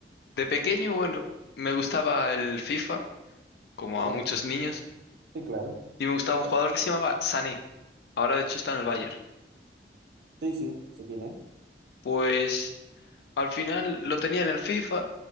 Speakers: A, on the left; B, on the right.
A: de pequeño, bueno, me gustaba el FIFA, como a
B: Ah,
A: muchos niños,
B: Sí, claro.
A: y me gustaba un jugador que se llamaba Sané, ahora de hecho está en el Bayern.
B: Sí, sí, sé quién es.
A: Pues... Al final lo tenía en el FIFA,